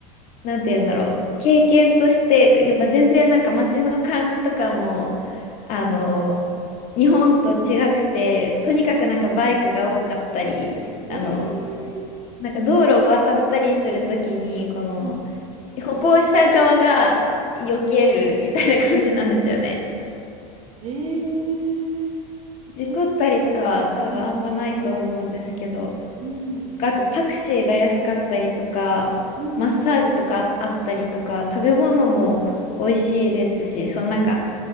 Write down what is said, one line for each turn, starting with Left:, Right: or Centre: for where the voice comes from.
Left: なんて言うんだろう、経験として、やっぱ全然なんか街の感じとかも、あの、日本と違くて、とにかくなんかバイクが多かったり、
Right: ええ
Left: あの、なんか道路を渡ったりするときに、この
Right: うん。
Left: 歩行者側が避けるみたいな感じなんですよね。
Right: ええ
Left: 事故ったりとかは多分あんまないと思うんですけど、
Right: そんな、うん、うん、
Left: とかあとタクシーが安かったりとか、
Right: うんうん。
Left: マッサージとかあったりとか、食べ物も美味しいですし、そのなんか